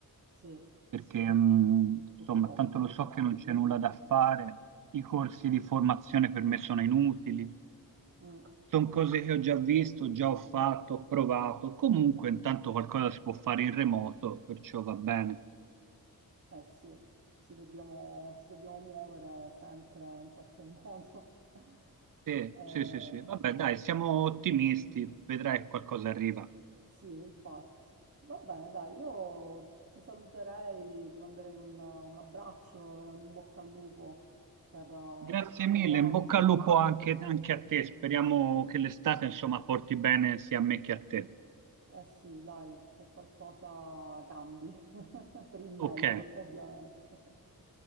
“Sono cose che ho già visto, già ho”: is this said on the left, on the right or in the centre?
Right